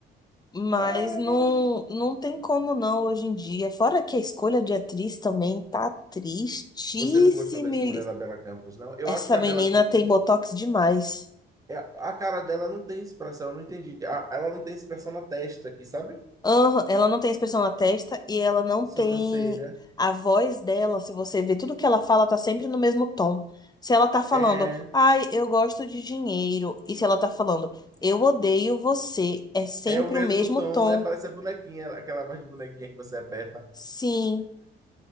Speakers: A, on the left (about 20°); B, on the right (about 15°).
A: Mas
B: Ah,
A: não, não tem como não hoje em dia. Fora que a escolha de atriz também tá tristíssima.
B: Você não gostou da escolha
A: Ele-
B: da Bela Campos, não? Eu
A: Essa
B: acho que a
A: menina
B: Bela Campos,
A: tem botox demais.
B: é- a cara dela não tem expressão, eu não entendi. A- ela não tem expressão na testa aqui, sabe?
A: Aham, ela não tem expressão na testa e ela não
B: Sobrancelha.
A: tem a voz dela. Se você ver tudo que ela fala, tá sempre no mesmo tom. Se ela tá falando,
B: É.
A: ai, eu gosto de dinheiro, e se ela tá falando, eu odeio você, é sempre
B: É o mesmo
A: o mesmo
B: tom,
A: tom.
B: né? Parece a bonequinha, aquela voz de bonequinha que você aperta.
A: Sim.